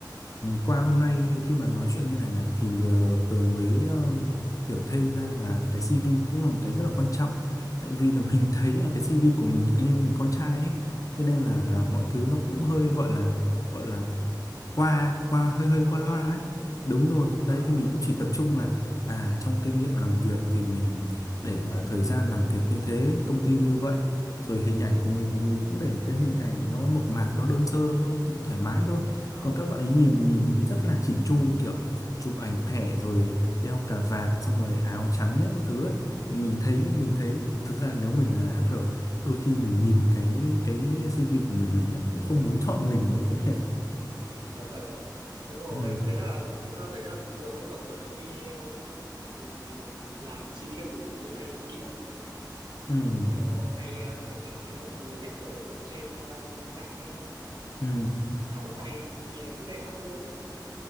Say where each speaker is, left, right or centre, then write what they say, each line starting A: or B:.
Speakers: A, on the left; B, on the right.
A: qua hôm nay khi mà nói chuyện như này này thì ờ, Tường mới ờ, hiểu thêm ra là cái CV cũng là một cái rất là quan trọng tại vì là <laughs> mình thấy là cái CV của mình anh em mình con trai ấy thế nên là là mọi thứ
B: ừ,
A: nó cũng hơi gọi là gọi là qua qua hơi hơi
B: con
A: qua
B: loa
A: loa ấy đúng rồi đấy
B: ờ,
A: thì mình cũng chỉ tập trung là à trong kinh nghiệm làm việc thì mình để à, thời gian làm việc như thế công ty như vậy rồi hình ảnh của mình thì mình cũng để một cái hình ảnh nó mộc mạc nó đơn sơ nó cũng thoải mái thôi
B: ờ,
A: còn các bạn ấy nhìn nhìn rất là chỉn chu kiểu chụp ảnh thẻ rồi đeo cà vạt xong rồi áo trắng nhất các thứ ấy. mình thấy mình thấy thực ra nếu mình là HR ấy, đôi khi mình nhìn cái cái CV của mình mình đã cũng không muốn chọn mình đấy tôi nghĩ ạ
B: ờ, ờ. đúng rồi
A: ừ.
B: đấy là thật ra đấy là tường thôi còn kiểu Tuấn Huy ờ, Ừm, làm CV các thứ tôi đi hay làm kỹ lắm
A: ừ
B: kiểu hay ờ, cập nhật cái mẫu mới nhất ở trên ờ, mạng ấy
A: ừ
B: nó cũng hay nhìn nó cũng đẹp mắt hơn nhé